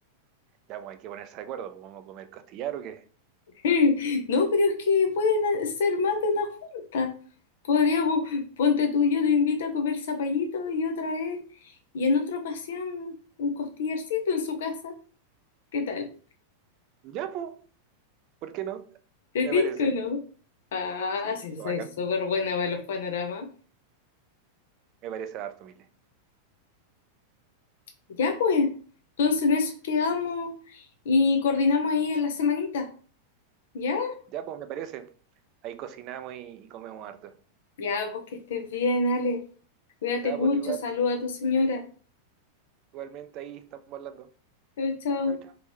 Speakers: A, on the right; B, on the left.
A: Ya, pues hay que ponerse de acuerdo, pues vamos a comer costillar o qué.
B: <laughs> No, pero es que pueden ser más de una junta. Podríamos, ponte tú y yo te invito a comer zapallito y otra vez, y en otra ocasión, un costillarcito en su casa. ¿Qué tal?
A: Ya, pues, ¿por qué no?
B: ¿Te
A: Me
B: tinca
A: parece.
B: o no? Ah,
A: Sí,
B: sí,
A: pues,
B: soy
A: bacán.
B: súper buena para los panoramas.
A: Me parece harto, Mile.
B: Ya pues, entonces en eso quedamos y coordinamos ahí en la semanita. ¿Ya?
A: Ya, pues, me parece. Ahí cocinamos y, y comemos harto.
B: Ya, pues que estés bien, Ale. Cuídate
A: Ya,
B: mucho,
A: pues, igual,
B: saluda a tu señora.
A: igualmente ahí estamos hablando.
B: Chao, chao.
A: Chao, chao.